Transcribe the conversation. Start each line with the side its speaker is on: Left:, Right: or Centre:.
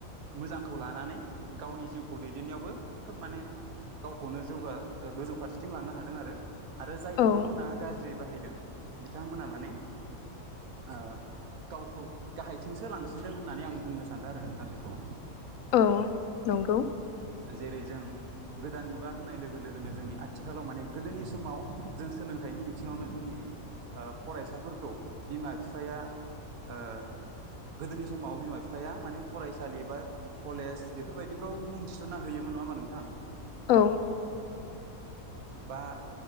Right: मोजांखौ लानानै गावनि जिउखौ दैदेननायावबो खोब माने गावखौनो जौगा गोजौ फारसेथिं लांनो हादों आरो आरो जाय बिथांमोना
Left: औ
Right: गाज्रि बाहायदों बिथांमोना माने ओ गावखौ गाहायथिंसो लांसिनदों होननानै आं बुंनो सानदों आरो नोंथां बेखौ
Left: औ नंगौ
Right: जेरै जों गोदान मुगा होननाय लोगो लोगोनो जोंनि आथिखालाव माने गोदोनि समाव जों सोलोंथाइनि बिथिङावनो जोंनि ओ फरायसाफोरखौ बिमा बिफाया ओ गोदोनि समाव बिमा बिफाया माने फरायसालि बा कलेज बेफोरबायदिफ्राव मुं थिसनना होयोमो नङा होमबा नोंथां
Left: औ
Right: बा